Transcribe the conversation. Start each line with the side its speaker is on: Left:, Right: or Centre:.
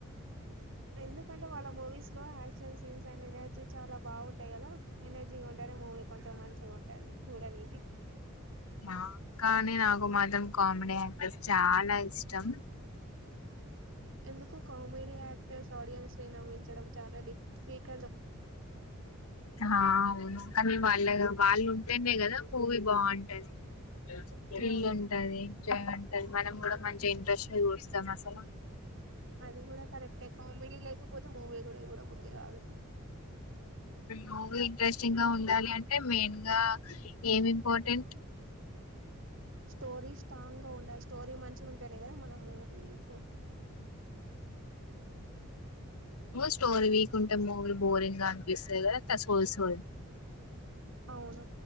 Right: ఎందుకంటే వాళ్ళ మూవీస్లో క్షన్ సీన్స్ అ ఎనర్జీ చాల బాగుంటాయి కదా ఎనర్జీగా ఉండే మూవీ కొంచెం మంచి చిగ ఉంటది చూడనికి
Left: మా కానీ నాకు మాత్రం కామెడీ యాక్టర్స్ చాల ఇష్టం
Right: ఎందుకు కామెడీ యాక్టర్స్ ఆడియన్స్ని నవ్వించడం చాలా మరి స్పీక
Left: హ అవును కానీ వాళ్ళెగా వాళ్ళు తెనే కదా మూవీ బాగుంటది త్రిల్
Right: అవును
Left: ఉంటది చిగా ఉంటె మనం కూడ మంచి ఇంట్రెస్ట్గా చూస్తాం అసలు
Right: అది కూడా కరెక్టే కామెడి లేకపోతే మూవి కూడా చూడ బుద్ధి కాదు
Left: మూవ ఇంట్రెస్టింగ్ గా ఉండాలి అంటే మెయిన్ గా ఏమ్ ఇంపార్టెంట్
Right: స్టోరీ స్ట్రాంగ్ గా ఉండయి స్టోరీ మంచిగ ఉంటేనే కదా మనము హు
Left: స్టోరీ వీకుంట మూవీ బోరింగ్ అనిపిస్తది కదా యిస్ోయి
Right: అవును